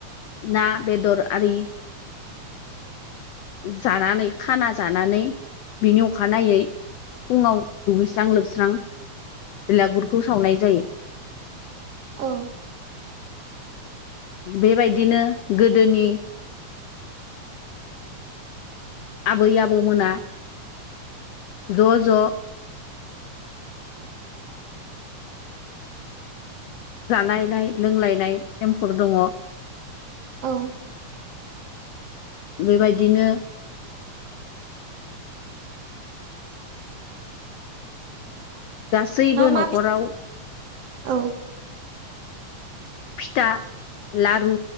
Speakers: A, on the left; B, on the right.
A: ना बेदर आरि जानानै खाना जानानै बिनि अखानायै फुङाव दुगैस्रां लोबस्रां बिलागुरखौ सावनाय जायो
B: औ
A: बेबायदिनो गोदोनि आबै आबौमोना ज' ज' जानायनाय लोंलायनाय नेमफोर दङ
B: औ
A: बेबायदिनो गासैबो
B: मा मा
A: न'खराव
B: फि औ
A: फिथा लारु